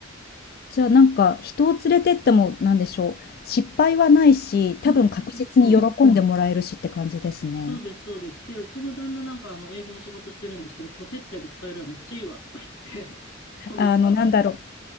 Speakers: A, on the left; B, on the left.
A: じゃあ、なんか、人を連れてっても、なんでしょう、失敗はないし、多分確実に喜んでもらえるしって感じですね。
B: うん、本当にそう。そうです、そうです。で、うちの旦那なんかあの営業の仕事してるんですけど、こう接待で使えるわ、めっちゃいいわとか言って、<laughs> 今度使うわ。
A: あの、なんだろ